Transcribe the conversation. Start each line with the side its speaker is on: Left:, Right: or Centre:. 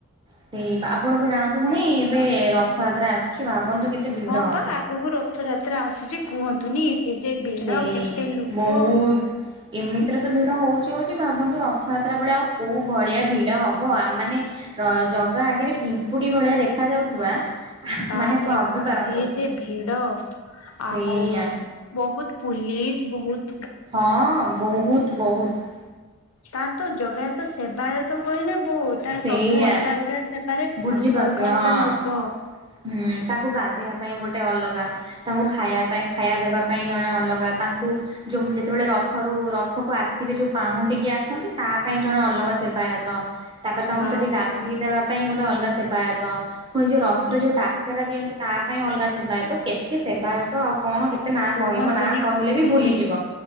Right: ସେଇ ଆପଣଙ୍କୁ ଜାଣନ୍ତୁ ପୁଣି ଏବେ ରଥଯାତ୍ରା ଆସୁଛି। ଭାବନ୍ତୁ କେତେ ଭିଡ
Left: ହଁ
Right: ହବ।
Left: ପା ଆଗକୁ ରଥଯାତ୍ରା ଆସୁଛି କୁହନ୍ତୁନି କେ ଯେ ଭିଡ
Right: ସେଇ
Left: କେତେ ଲୋକ?
Right: ବହୁତ ଏମିତିରେ ତ ଭିଡ ହଉଛି ହଉଛି ଭାବନ୍ତୁ ରଥଯାତ୍ରା ବେଳେ ଆଉ କୋଉ ଭଳିଆ ଭିଡ ହବ ଆମ ମାନେ ତ ଜଗା ଆଗରେ ପିମ୍ପୁଡି ଭଳିଆ ଦେଖା ଯାଉଥିବା
Left: ବାପ
Right: ମାନେ ଭାବି
Left: ରେ ବାପ୍
Right: ପାରନ୍ତୁ।
Left: ସିଏ ଯେ ଭିଡ
Right: ସେଇଆ
Left: ଆଉ ବହୁତ୍ ପୋଲିସ ବହୁତ୍
Right: ହଁ ବହୁତ ବହୁତ
Left: ତାର ତ ଜଗାାୟ ତ ସେବାୟତ କହିଲେ ବହୁତ୍ ତାର
Right: ସେଇଆ
Left: ସବୁ ଅଲଗା ଅଲଗା ସେବା ତାରେ
Right: ବୁଝିପାରୁଥିବେ
Left: ଅଲଗା ଅଲଗା
Right: ହଁ।
Left: ଦୁଃଖ
Right: ହୁଁ ତାକୁ ଗାଧେଇବା ପାଇଁ ଗୋଟେ ଅଲଗା ତାଙ୍କୁ ଖାଇବା ପାଇଁ ଖାଇବା ଦେବା ପାଇଁ ଜଣେ ଅଲଗା ତା ଯେତେବେଳେ ରଥରୁ ରଥକୁ ଆସିବେ ଯୋଉ ପାହୁଣ୍ଡିକି ଆସନ୍ତି ତା ପାଇଁ ଜଣେ ଅଲଗା ସେବାୟତ ତାପରେ
Left: ହୁଁ
Right: ତାଙ୍କୁ
Left: ବାପରେ
Right: ସେଠି ଗାଧେଇ
Left: ବାପ
Right: ଦେବା ପାଇଁ ଗୋଟେ ଅଲଗା ସେବାୟତ ପୁଣି ଯୋଉ
Left: ହଁ
Right: ରଥ ଥରେ ଯୋଉ ଡାକରା ଦିଅନ୍ତି ତା ପାଇଁ ଅଲଗା ସେବାୟତ କେତେ ସେବାୟତ ଆଉ କଣ କେତେ ନାଁ
Left: କୁହନ୍ତୁନି
Right: କହିବ ନାଁ କହିଲେ
Left: କୁହନ୍ତୁନି
Right: ବି ଭୁଲିଯିବ